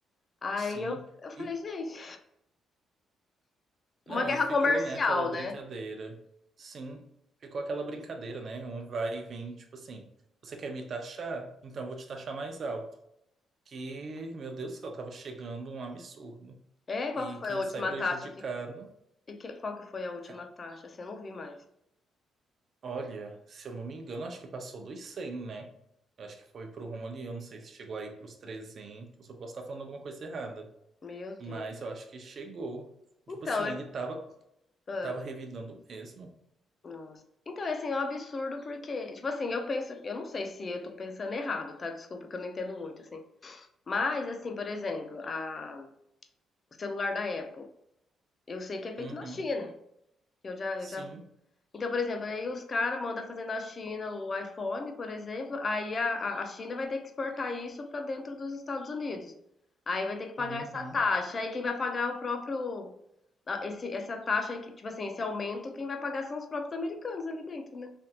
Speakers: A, on the left; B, on the right.
A: Aí
B: Sim.
A: eu, eu falei,
B: E
A: gente,
B: não,
A: uma guerra
B: e ficou,
A: comercial,
B: né, aquela brincadeira.
A: né?
B: Sim, ficou aquela brincadeira, né? Um vai e vem, tipo assim, você quer me taxar? Então eu vou te taxar mais alto. que, meu Deus do céu, tava chegando um absurdo.
A: É, qual
B: E
A: que foi
B: quem
A: a
B: sai
A: última
B: prejudicado,
A: taxa que E que- qual que foi a última
B: ca-
A: taxa? Assim, eu não vi mais.
B: olha, se eu não me engano, acho que passou dos 100, né? Eu acho que foi pro rumo ali, eu não sei se chegou aí pros 300. eu posso estar falando alguma coisa errada,
A: Meu Deus.
B: mas eu acho que chegou.
A: Então,
B: Tipo assim,
A: eu-
B: ele tava,
A: ah,
B: tava revidando mesmo.
A: nossa. Então, assim, é um absurdo porque, tipo assim, eu penso, eu não sei se eu tô pensando errado, tá? Desculpa que eu não entendo muito, assim. Mas, assim, por exemplo, a, o celular da Apple, eu sei que é feito
B: Uhum,
A: na China. que Eu já,
B: sim,
A: eu já Então, por exemplo, aí os caras mandam fazer na China o iPhone, por exemplo, aí a, a- a China vai ter que exportar isso para dentro dos Estados Unidos. Aí vai ter que pagar
B: uhum,
A: essa taxa. Aí quem vai pagar é o próprio. a- Esse, essa taxa, aí que- tipo assim, esse aumento, quem vai pagar são os próprios americanos ali dentro, né?